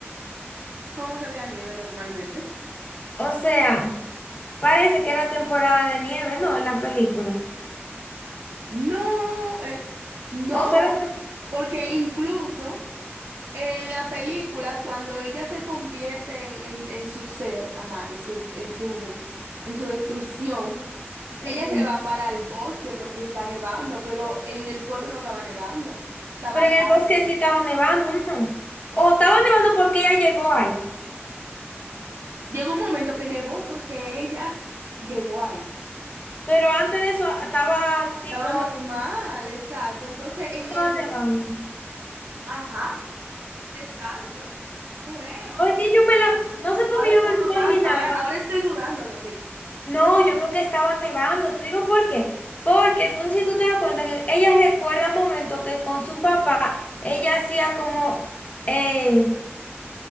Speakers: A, on the right; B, on the left.
A: ¿cómo que había nieve normalmente?
B: O sea, parece que era temporada de nieve, ¿no? En la película.
A: No, eh, no,
B: O solamente...
A: porque incluso en la película, cuando ella se convierte en, en- en su ser, ajá, en su, en su, en su destrucción,
B: Ujú.
A: ella se va para el bosque porque está nevando, pero en el pueblo no estaba nevando, estaba
B: Pero en
A: calmo.
B: el bosque sí estaba nevando, ¿no? O estaba nevando porque ella llegó ahí.
A: Llegó un momento que nevó porque ella llegó ahí.
B: Pero antes de eso estaba tipo,
A: Estaba normal, exacto. Entonces en
B: ¿para
A: el...
B: dónde vamos?
A: Ajá, exacto, creo.
B: Oye, yo me lo, no sé por
A: Ahora
B: qué
A: estoy
B: yo me lo
A: dudando,
B: imaginaba.
A: ahora, ahora estoy dudando de mí.
B: No, yo creo que estaba nevando. ¿Te digo por qué? Porque no sé si tú te das cuenta que ella recuerda momentos que con su papá ella hacía como, eh,